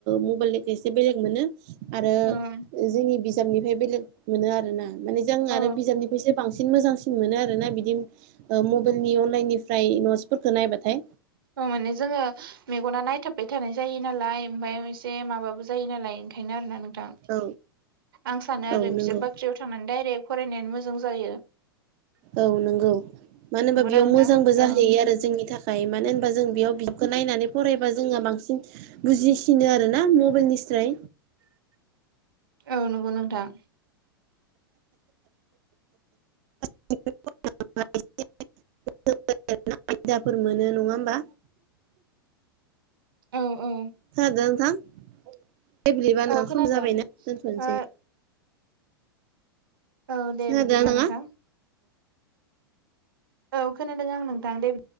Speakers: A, on the right; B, on the right.
A: मबाइलनिखो एसे बेलेग मोनो ‌ आरो
B: ओं
A: जोंनि बिजाबनिफ्राय बेलेग मोनो आरोना माने जों
B: औ
A: आरो बिजाबनिफ्रायसो बांसिन मोजांसिन मोनो आरोना बिदि ओ मबाइलनि अनलाइन निफ्राय नटसफोरखौ नायबाथाय।
B: ओ माने जोङो मेगना नायथाबबाय थानाय जायो नालाय ओमफाय एसे माबाबो जायो नालाय बेनो आरोना नोंथां
A: औ
B: आं सानो
A: औ
B: आरो
A: नंगौ
B: बिजाब बाख्रि ट्रियाव थांनानै दाइरेक्ट फरायनायानो मोजां जायो
A: औ नंगौ मानो होनबा
B: नंगौना
A: बेयाव
B: नोंथां?
A: मोजांबो जाहैयो
B: औ
A: आरो जोंनि थाखाय मानो होनबा जों बेयाव बिखौ नायनानै फरायबा जोंङा बांसिन बुजिसिनो आरो ना मबाइल निस्राय।
B: औ नंगौ नोंथां।
A: <unintelligible> आयदाफोर मोनो नङा होमबा
B: <inaudible> औ औ
A: खोनादोना नोंथां दे बिदिब्ला
B: औ
A: नोंथां
B: खोनादों
A: सम जाबायना दोनथ'नोसै।
B: ओ औ दे
A: खोनादों
B: बिदिब्ला
A: नोंथाङा
B: नोंथां। औ खोनादों आं नोंथां दे